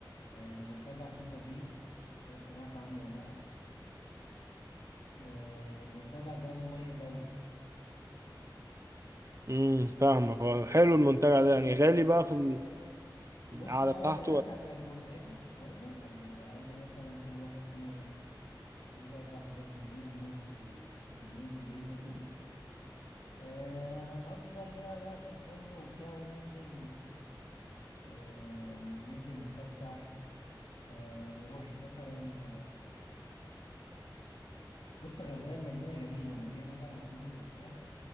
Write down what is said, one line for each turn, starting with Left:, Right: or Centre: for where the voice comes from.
Left: آه، منتجع سوما باي مش عارف سمعت عنه ولا لأ آه، المنتجع ده مميز أوي
Right: امم فاهمك اه حلو المنتجع ده يعني غالي بقى في
Left: بص
Right: القعدة
Left: هو
Right: بتاعته
Left: للأسف هيكون غالي شوية اللي على الأقل مثلا كل واحد فينا في حدود أربعة آلاف جنيه لمدة ال- اليومين بليلة دول آه هنقضي بقى ليلة بقى في الفندق وبتاع وننزل آه ننزل نتفسح آه نروح مثلا بص الغردقة المدينة جميلة مليانة بقى هدوم وبتاع